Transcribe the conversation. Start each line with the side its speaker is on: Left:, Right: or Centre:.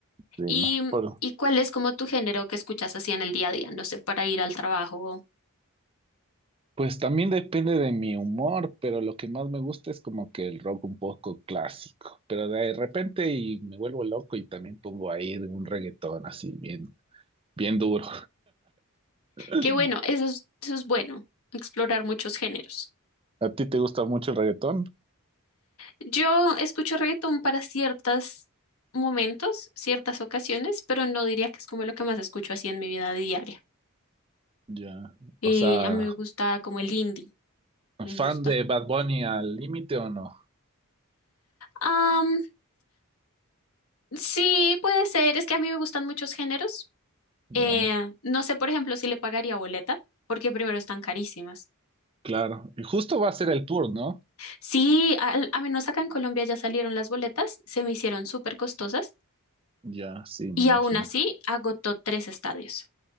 Right: sí,
Left: ¿Y,
Right: por,
Left: y cuál es como tu género que escuchas así en el día a día? No sé, para ir al trabajo.
Right: Pues también depende de mi humor, pero lo que más me gusta es como que el rock un poco clásico. Pero de repente y me vuelvo loco y también pongo ahí un reggaetón así bien, bien duro. <laughs>
Left: Qué bueno, eso es, eso es bueno, explorar muchos géneros.
Right: ¿A ti te gusta mucho el reggaetón?
Left: Yo escucho reggaetón para ciertos momentos, ciertas ocasiones, pero no diría que es como lo que más escucho así en mi vida diaria.
Right: Ya.
Left: Eh,
Right: O sea,
Left: a mí me gusta como el indie, me
Right: ¿fan
Left: gusta.
Right: de Bad Bunny al límite o no?
Left: Am, sí, puede ser, es que a mí me gustan muchos géneros.
Right: Ya.
Left: Eh, no sé, por ejemplo, si le pagaría boleta, porque primero están carísimas.
Right: Claro. Y justo va a ser el tour, ¿no?
Left: Sí, al- a, menos acá en Colombia ya salieron las boletas, se me hicieron súper costosas
Right: Ya, sí, me
Left: y
Right: imagino.
Left: aún así agotó tres estadios.